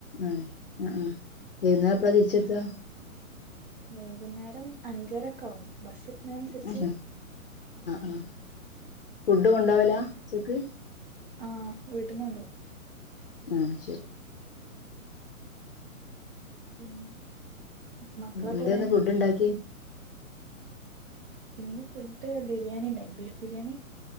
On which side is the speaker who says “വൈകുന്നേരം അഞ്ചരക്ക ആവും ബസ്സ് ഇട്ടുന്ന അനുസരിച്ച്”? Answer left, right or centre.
Right